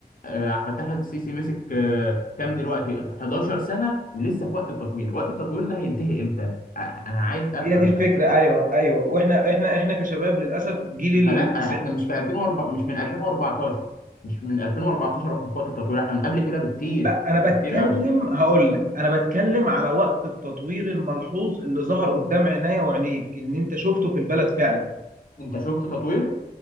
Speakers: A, on the left; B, on the right.
A: آه، عبد الفتاح السيسي مسك آه، كام دلوقتي 11 سنة ولسه في وقت التطوير وقت التطوير ده هينتهي إمتى آه، أنا عايز أفهم
B: هي دي الفكره
A: بس
B: ايوه ايوه واحنا احنا احنا كشباب للاسف جيل
A: فلا
B: التسعينات
A: احنا مش في 2004 مش من 2014 مش من 2014 واحنا في وقت التطوير احنا من قبل كده بكتير
B: لا انا
A: بكتير
B: بتكلم
A: قوي
B: هقول لك انا بتكلم على وقت التطوير الملحوظ اللي ظهر قدام عينيا وعينيك ان انت شفته في البلد فعلا
A: انت شفت تطوير